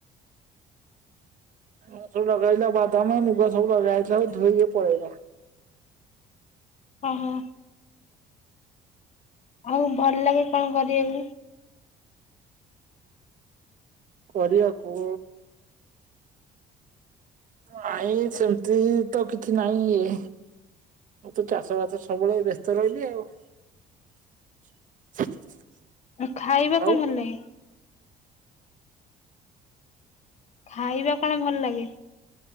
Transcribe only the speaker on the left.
ଓଁ ହୋ। ଆଉ ଭଲ ଲାଗେ କଣ କରିବାକୁ?
ଉଁ ଖାଇବାକୁ
କଣ ଭଲ ଲାଗେ? ଖାଇବା କଣ ଭଲ ଲାଗେ?